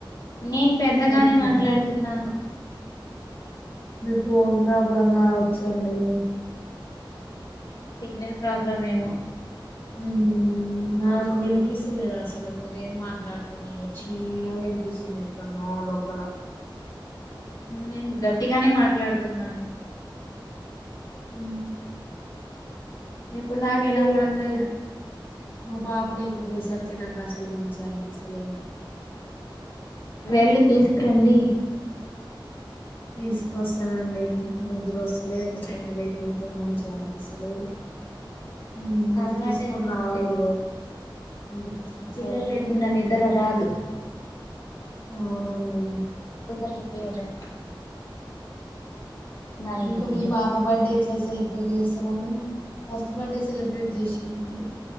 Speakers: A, on the left; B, on the left.
A: నేను పెద్దగానే
B: ఎక్కువ
A: మాట్లాడుతున్నాను
B: మీ ఫోన్ ప్రాబ్లం కావచ్చండి
A: సిగ్నల్ ప్రాబ్లం ఏమో
B: ఉమ్ నాకు వినిపిస్తలేదు అసలు మీరేం మాట్లాడుతు చిన్నగ అనిపిస్తుంది ఎక్కడన్నో లోపల
A: నేను గట్టిగానే మాట్లాడుతున్నాను
B: ఊ
A: ఇప్పుడు
B: ఎం
A: దాకా ఎలా
B: లేదండి
A: మాట్లాడా
B: మా బాబు లేకపోయేసరికి నాకు అసలు మంచిగా <unintelligible>
A: వెళ్ళు తీసుకురండి
B: తీసుకొస్తానండి నిద్రొస్తలేదు అయినా లేకుంటు మంచిగా అనిపిస్తలేదు హ
A: అలవాటైతే
B: తీసుకొని
A: అంతే
B: రావాలి <unintelligible>
A: పిల్లలు
B: అవుతుంది
A: లేకుండ నిద్ర రాదు
B: అవునండి
A: <unintelligible> నాని
B: ఇంక
A: దేతి
B: మీ
A: జో
B: పా బర్త్డే ఎట్ల సెలబ్రేట్ <unintelligible> ఫస్ట్ బర్త్డే సెలబ్రేట్ చేసిరండి